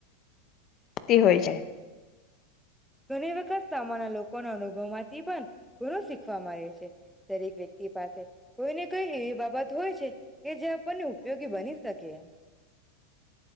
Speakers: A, on the left; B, in the centre.
A: તી હોય જાય.
B: ઘણી વખત સામાન્ય લોકો ના અનુભવ માંથી પણ ધણું શીખવા મળે છે દરેક વ્યક્તિ પાસે કોઈને કઈ એવી બાબત હોય છે કે જે આપણને ઉપયોગી બની શકે